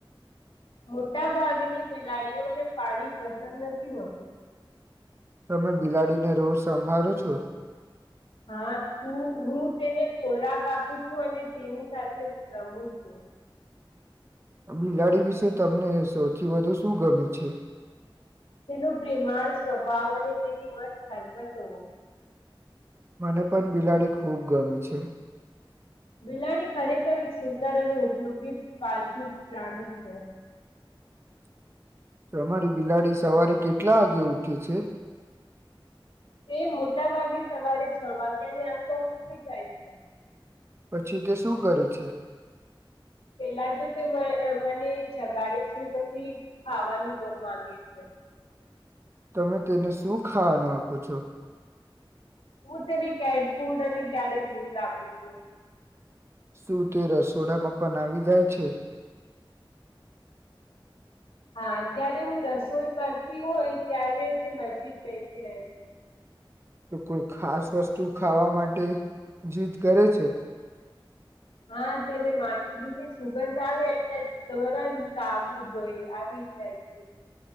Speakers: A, on the left (about 85°); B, on the right (about 30°).
A: મોટા ભાગની બિલાડીઓને પાણી પસંદ નથી હોતું
B: તમે બિલાડીને રોજ સંભાળો છો
A: હા તું હું તેને ખોરાક આપું છું અને તેની સાથે રમું છું
B: બિલાડી વિશે તમને સૌથી વધુ શું ગમે છે
A: તેનું પ્રેમાણ સ્વભાવ અને તેની મત હરકતો
B: મને પણ બિલાડી ખૂબ ગમે છે
A: બિલાડી ખરેખર એક સુંદર અને ઉપયોગી પાલતુ પ્રાણી છે
B: <inaudible> તમારી બિલાડી સવારે કેટલા વાગે ઉઠે છે
A: તે મોટા ભાગે સવારે છ વાગ્યાની આસ તો ઉઠી જાય છે
B: પછી તે શું કરે છે
A: પેલા તો તે મને જગાડે છે પછી ખાવાનું માંગે છે
B: તમે તેને શું ખાવાનું આપો છો
A: હું તેને કેટ ફૂડ અને ક્યારેક દૂધ આપું છું
B: શું તે રસોડામાં પણ આવી જાય છે
A: હા જયારે હું રસોઈ કરતી હોય ત્યારે તે નજીક બેસી રહે છે
B: તો કોઈ ખાસ વસ્તુ ખાવા માટે જીદ કરે છે
A: હા તેને માછલી ની સુગંધ આવે એટલે તરંત આવવું જોઈ આવી થાનક યૂ